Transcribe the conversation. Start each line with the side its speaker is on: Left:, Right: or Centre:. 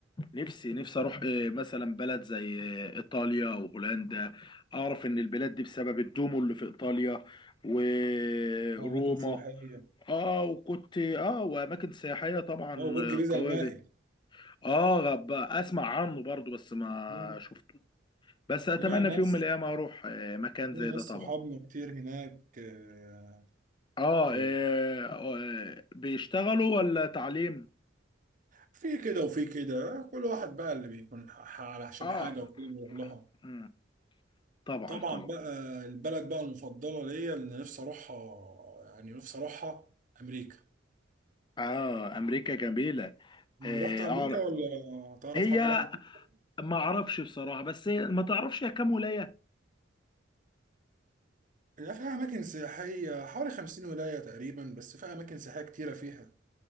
Left: نفسي نفسي اروح إيه، مثلا بلد زي آه، ايطاليا وهولندا اعرف ان البلاد دي بسبب الدومو اللي في ايطاليا وروما
Right: اه اماكن سياحيه
Left: اه وكنت اه واماكن سياحيه طبعا
Right: اه برج
Left: آه،
Right: بيزا
Left: قويه
Right: المائل
Left: جدا. اه غب اسمع عنه برضو بس ما
Right: مم.
Left: شفته بس اتمنى
Right: هنا ناس
Left: في يوم من الايام اروح آه، مكان
Right: لينا
Left: زي ده
Right: ناس
Left: طبعا
Right: صحابنا كتير هناك آه،
Left: اه
Right: آه،
Left: آه، آه، بيشتغلوا ولا تعليم
Right: في كده وفي كده آه، كل واحد بقى اللي بيكون ح- ح- علشان
Left: اه
Right: حاجة وكده بيروح لها
Left: مم، طبعا
Right: طبعا
Left: طبعا
Right: بقى البلد بقى المفضلة ليا اللي نفسي أروحها يعني نفسي أروحها أمريكا
Left: اه امريكا جميله اه
Right: رحت أمريكا
Left: أعرف-
Right: ولا تعرف
Left: هي
Right: حد راح أمريكا؟
Left: ما اعرفش بصراحه بس هي ما تعرفش هي كام ولايه
Right: لا فيها أماكن سياحية حوالي خمسين ولاية تقريبا بس فيها أماكن سياحية كتيرة فيها